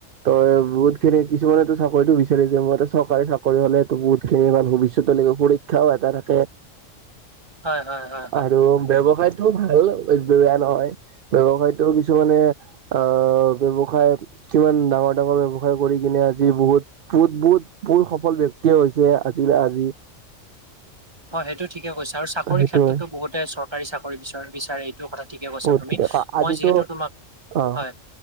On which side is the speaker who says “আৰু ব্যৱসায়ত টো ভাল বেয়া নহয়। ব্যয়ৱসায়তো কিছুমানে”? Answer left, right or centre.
Right